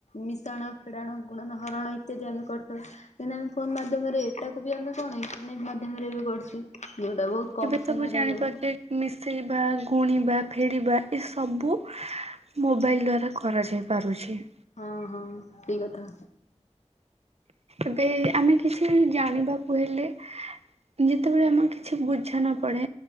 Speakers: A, on the left; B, on the right.
A: ମିଶାଣ। ଫେଡାଣ, ଗୁଣନ, ହରଣ ଇତ୍ୟାଦି ଆମେ କରିଥାଉ। ଏଇନା ଆମେ ଫୋନ ମାଧ୍ୟମରେ ଏଟାକୁ ବି ଆମେ କଣ ଇଣ୍ଟରନେଟ ମାଧ୍ୟମରେ ଏବେ କରୁଛୁ ଯୋଉଟା ବହୁତ କମ।
B: ଏବେ ସବୁ
A: ସମୟରେ
B: ଜାଣିପାରୁଛେ
A: ହେଇଯାଉଛି।
B: ମିଶେଇବା, ଗୁଣିବା, ଫେଡ଼ିବା ଏସବୁ। ମୋବାଇଲ୍ ଦ୍ୱାରା କରାଯାଇପାରୁଛି।
A: ହଁ ହଁ ଠିକ୍ କଥା।
B: ଏବେ ଆମେ କିଛି ଜାଣିବାକୁ ହେଲେ। ଯେତେବେଳେ ଆମକୁ କିଛି ବୁଝା ନ ପଡେ